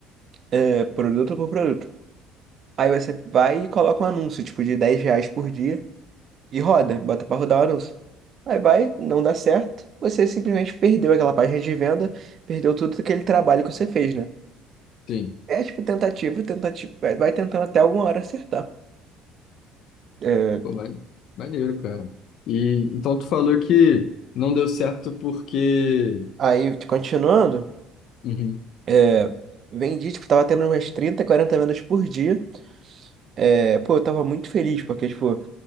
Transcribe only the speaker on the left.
Sim,
pô, mane- maneiro, cara. E então tu falou que não deu certo porque.
Uhum.